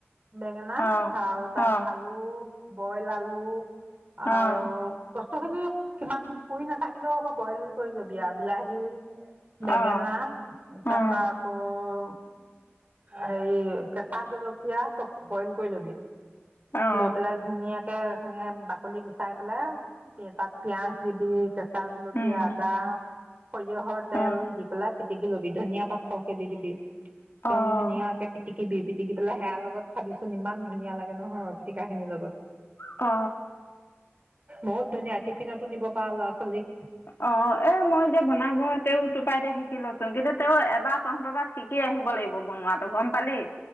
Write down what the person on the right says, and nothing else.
বেঙেনা
আৰু তাত
আলু বইল আলু
আৰু প্ এখিনিত কিমান পুৰি নাথাকিলেও হ'ব বইল কৰি ল'বি আৰু বিলাহী
বেঙেনা,
তাপাপ অ', হেৰি কেঁচা জলকীয়া চব বইল কৰি ল'বি।
লৈ পেলাই ধুনীয়াক তেলখিনিএ বাকলি গুচাই পেলাই তে তাত পিয়াঁজ দিবি, কেঁচা জলকীয়া
আদা সৰিয়হৰ
তেল দি পেলাই পিটিকি লবি, ধনীয়া পাত সকে দি দিবি। একদম
ধুনীয়াকে পিটিক কিৱি, পিটিকি পেলাই সেয়াৰ লগত খাবি চো চোন, ইমান ধুনীয়া লাগে নহয়। পিটিকাখিনিৰ লগত।
বহুত ধুনীয়া টিফিনতো দিব পাৱ ল'ৱা-ছোৱালীক।